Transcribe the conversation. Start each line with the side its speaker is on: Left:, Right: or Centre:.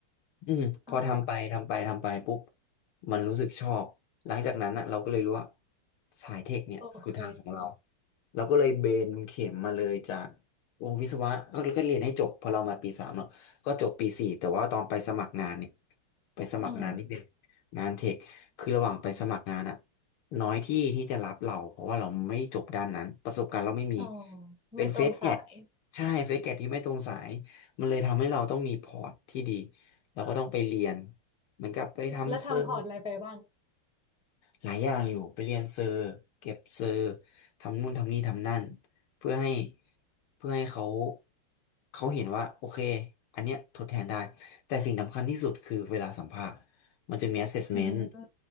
Left: อืมพอทำไปทำไปทำไปปุ๊บ
Centre: อ๋อ
Left: มันรู้สึกชอบหลังจากนั้นอ่ะเราก็เลยรู้ว่าสายเทคเนี่ยคือทางของเรา
Centre: โอเค
Left: เราก็เลยเบนเข็มมาเลยจากวงวิศวะก็ก็เรียนให้จบพอเรามาปีสามเนาะก็จบปีสี่แต่ว่าตอนไปสมัครงานเนี่ยไปสมัครงานนี่เป็น
Centre: อืม
Left: งานเทคคือระหว่างไปสมัครงานอะน้อยที่ที่จะรับเราเพราะว่าเราไม่จบด้านนั้นประสบการณ์เราไม่มี
Centre: อ๋อ
Left: เป็นเฟสแกต
Centre: ไม่ตรงสาย
Left: ใช่เฟสแกตที่ไม่ตรงสาย มันเลยทำให้เราต้องมีพอร์ตที่ดีเราก็ต้องไปเรียนเหมือนกับไปทำเซอร์
Centre: แล้วทำพอร์ตอะไรไปบ้าง
Left: หลายอย่างอยู่ไปเรียนเซอร์เก็บเซอร์ทำนู่นทำนี่ทำนั่นเพื่อให้เพื่อให้เขาเขาเห็นว่าโอเคอันเนี้ยทดแทนได้แต่สิ่งสำคัญที่สุดคือเวลาสัมภาษณ์มันจะมี assessment
Centre: อืมอื